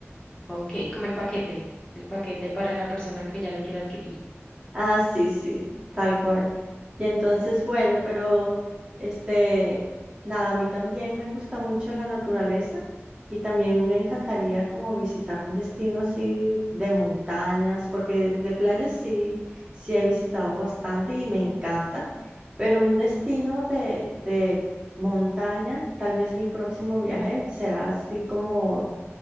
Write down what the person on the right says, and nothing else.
Ah, sí, sí, tal cual. Y entonces, bueno, pero este, nada, a mí también me gusta mucho la naturaleza y también me encantaría como visitar un destino así de montañas, porque de playas sí, sí he visitado bastante y me encanta, pero un destino de, de montaña, tal vez mi próximo viaje será así como,